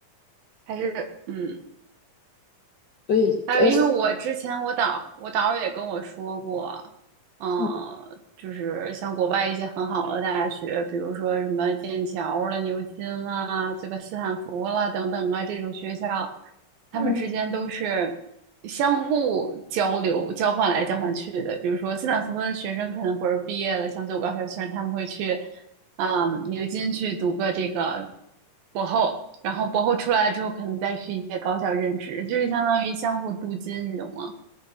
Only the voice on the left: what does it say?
所以呃，
所以
嗯
嗯